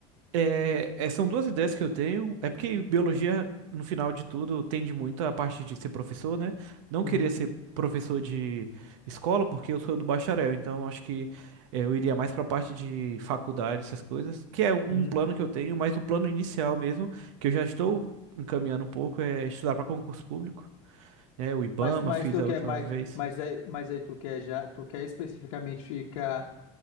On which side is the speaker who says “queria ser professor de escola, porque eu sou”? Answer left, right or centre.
Right